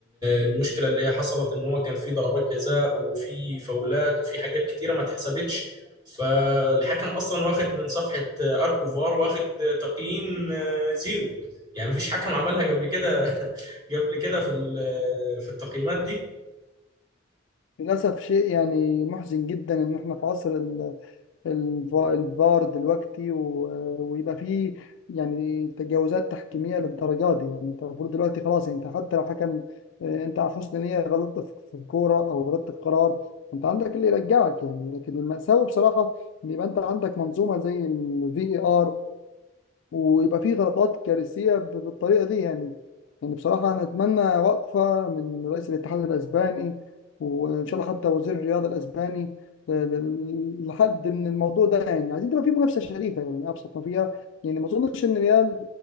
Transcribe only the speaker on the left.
للأسف شيء يعني محزن جدا إن إحنا في عصر ال- الف- الفار دلوقتي و- ويبقى فيه يعني تجاوزات تحكيمية للدرجات دي يعني أنت المفروض دلوقتي خلاص يعني أنت حتى لو حكم آه، أنت على حسن نية غلطت في في كورة أو غلطت في قرار أنت عندك اللي يرجعك يعني لكن المأساوي بصراحة إن يبقى أنت عندك منظومة زي الفي اي ار ويبقى فيه غلطات كارثية ب- بالطريقة دي يعني يعني بصراحة أنا أتمنى وقفة من رئيس الاتحاد الأسباني وإن شاء الله حتى وزير الرياضة الأسباني ل- ل- لحد من الموضوع ده يعني عايزين تبقى فيه منافسة شريفة يعني أبسط ما فيها يعني ما أظنش إن ريال